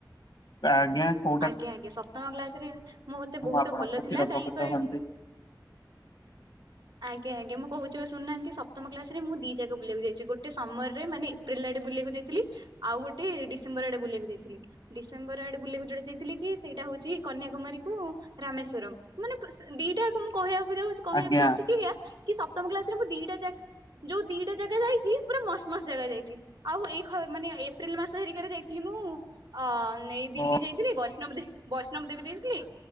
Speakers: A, on the left (about 80°); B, on the right (about 85°).
A: ଆଜ୍ଞା କୋଉଟା
B: ଆଜ୍ଞା ଆଜ୍ଞା ସପ୍ତମ କ୍ଲାସ ରେ ମୁଁ ମତେ ବହୁତ
A: ଆପଣଙ୍କୁ
B: ଭଲ ଥିଲା
A: ଚିରପକୃତ
B: କାହିଁ କହିବି
A: ହୁଅନ୍ତି
B: ଆଜ୍ଞା ଆଜ୍ଞା ମୁଁ କହୁଛି ପା ଶୁଣୁନାହାନ୍ତି ସପ୍ତମ କ୍ଲାସ ମୁଁ ଦି ଜାଗା ବୁଲିବାକୁ ଯାଇଛି ଗୋଟେ ସମରରେ ମାନେ ଏପ୍ରିଲ ଆଡେ ବୁଲିବାକୁ ଯାଇଥିଲ ଆଉ ଗୋଟେ ଡିସେମ୍ବର ଆଡେ ବୁଲିବାକୁ ଯାଇଥିଲ ଡିସେମ୍ବର ଆଡେ ବୁଲିବାକୁ ଯୋଉଟା ଯାଇଥିଲି କି ସେଇଟା ହଉଛି କନ୍ୟାକୁମାରୀ କୁ ରାମେଶ୍ଵରମ ମାନେ ଦିଟାକୁ ମୁଁ କହିବାକୁ କହିବାକୁ
A: ଆଜ୍ଞା
B: ଚାହୁଛି କି ସପ୍ତମ କ୍ଲାସ ରେ ମୁଁ ଦିଟା ଜାଗା ଯୋଉ ଦିଟା ଜାଗା ଯାଇଛି ପୁରା ମସ୍ତ ମସ୍ତ ଜାଗା ଯାଇଛି ଆଉ ଏଇ ମାନେ ଏପ୍ରିଲ ମାସ ହେରିକ ରେ ଯାଇଥିଲି ମୁଁ ଅ ନେଇ ଦିଲ୍ଲୀ
A: ଓ
B: ଯାଇଥିଲି ବୈଷ୍ଣବ ଦେବୀ ବୈଷ୍ଣବ ଦେବୀ ଯାଇଥିଲି